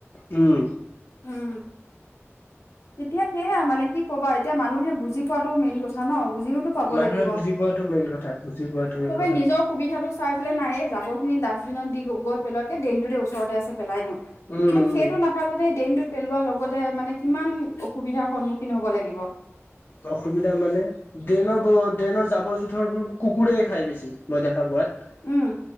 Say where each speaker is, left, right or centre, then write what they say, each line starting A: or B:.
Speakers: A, on the left; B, on the left.
A: উম।
B: উম। এতিয়া সেয়া মানে কি ক'বা। এতিয়া মানুহে বুজি পোৱাতটো মেইন কথা ন? বুজিওতো পাব
A: মানুহে
B: লাগিব।
A: বুজি পোৱাটো মেইন কথা বুজি পোৱাটো মেইন
B: সবে
A: কথা
B: নিজৰ সুবিধাটো চাই পেলাই নাহে জাবৰ খিনি ডাষ্টবিনত দি গৈ পেলাতকে দেইনটোতে ওচৰতে আছে। পেলাই দিওঁ
A: উম
B: কিন্তু সেইটো
A: উম
B: নাভাবে যে ড্ৰেইনতটোত পেলোৱাৰ লগতে মানে কিমান অসুবিধাৰ সন্মুখীন হ'ব লাগিব।
A: অসুবিধা মানে ট্ৰেইনৰ ট্ৰেইনৰ জাবৰ জোথৰবোৰ কুকুৰেই খাই বেছি মই দেখা পোৱাত।
B: উম